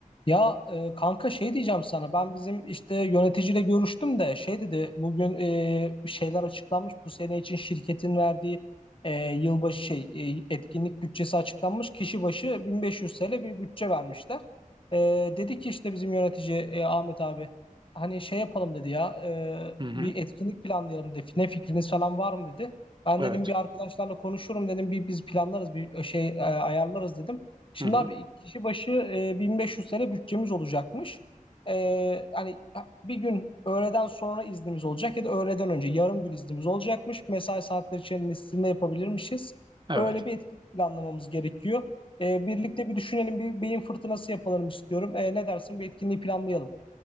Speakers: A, on the left; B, on the right.
A: Ya e, kanka şey diyeceğim sana ben bizim işte yöneticiyle görüştüm de şey dedi bugün e, bir şeyler açıklanmış bu sene için şirketin verdiği e, yılbaşı şey e, etkinlik bütçesi açıklanmış kişi başı 1500 TL bir bütçe vermişler. E, dedi ki işte bizim yönetici e, Ahmet abi hani şey yapalım dedi ya e,
B: Hı hı.
A: bir etkinlik planlayalım dedi ne fikriniz falan var mı dedi. Ben
B: Evet.
A: dedim bir arkadaşlarla konuşurum dedim bir biz planlarız bir e, şey e, ayarlarız dedim. Şimdi
B: Hı hı.
A: abi kişi başı e, 1500 lira bütçemiz olacakmış. E, hani bir gün öğleden sonra iznimiz olacak ya da öğleden önce yarım gün iznimiz olacakmış. Mesai saatleri içerisinde yapabilirmişiz.
B: Evet.
A: Öyle bir etkinlik planlamamız gerekiyor. E, birlikte bir düşünelim bir beyin fırtınası yapalım istiyorum. E, ne dersin bir etkinliği planlayalım.